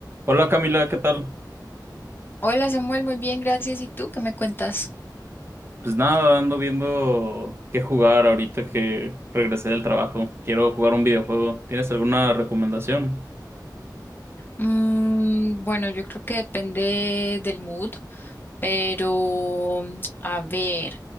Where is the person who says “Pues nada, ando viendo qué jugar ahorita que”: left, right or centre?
Right